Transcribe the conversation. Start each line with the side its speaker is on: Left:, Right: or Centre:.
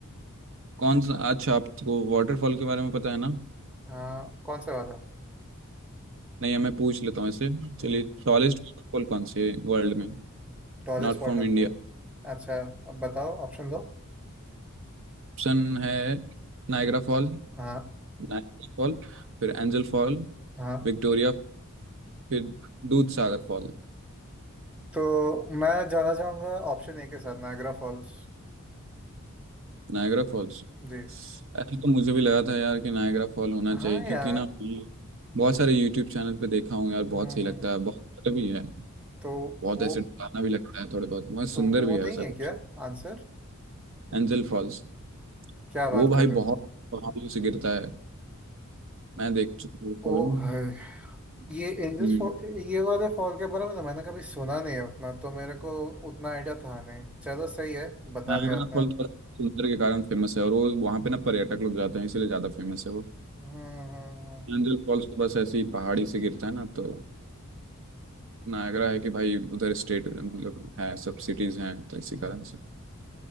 Right: कौन सा अच्छा आपको वाटरफॉल के बारे में पता है ना
Centre: हाँ कौन से वाला
Right: नहीं मैं पूछ लेता हूँ इसे
Centre: हम्म
Right: चलिए टॉलेस्ट वाटरफॉल कौन से वर्ल्ड में
Centre: टॉलेस्ट
Right: Not from
Centre: वाटरफॉल
Right: India
Centre: अच्छा अब बताओ ऑप्शन दो
Right: ऑप्शन है नायग्रा फॉल
Centre: हाँ
Right: Niagara fall फिर एंजल फॉल
Centre: हाँ
Right: विक्टोरिया फिर Dudh Sagar fall
Centre: तो मैं जाना चाहूंगा ऑप्शन ए के साथ नायग्रा फॉल्स
Right: Niagara falls
Centre: जी
Right: ऐसा तो मुझे भी लगा था यार कि नायग्रा फॉल होना
Centre: हाँ
Right: चाहिए क्योंकि
Centre: यार
Right: ना बहुत सारे यूट्यूब चैनल पे देखा हूँ यार बहुत
Centre: हम्म
Right: सही लगता
Centre: हम्म
Right: है बहुत अच्छा भी है
Centre: तो
Right: बहुत
Centre: वो
Right: ऐसे डरावना भी लगता है थोड़े बहुत बहुत सुंदर
Centre: तो वो
Right: भी है
Centre: नहीं
Right: वैसा
Centre: है
Right: कुछ
Centre: क्या आंसर
Right: Angel false
Centre: क्या बात
Right: वो भाई
Centre: कर रहे हो
Right: बहुत पहाड़ियों से गिरता है मैं देख चुका हूँ उसका
Centre: ओ
Right: भी।
Centre: भाई ये इंडस
Right: हम्म
Centre: फॉल ये वाले फॉल के बारे में ना मैंने कभी सुना नहीं है उतना तो मेरे को उतना आइडिया था नहीं चलो सही है बता
Right: नारायणा
Centre: दिया आपने
Right: फॉल तो बस सुंदर के कारण फेमस है और वो वहाँ पे ना पर्यटक लोग जाते हैं इसलिए ज्यादा फेमस है वो
Centre: हम्म हम्म हम्म,
Right: एंजल फॉल्स तो बस ऐसे ही पहाड़ी से गिरता है ना तो नायगरा है कि भाई उधर स्टेट मतलब है सब सिटीज हैं तो इसी
Centre: हम्म।
Right: कारण से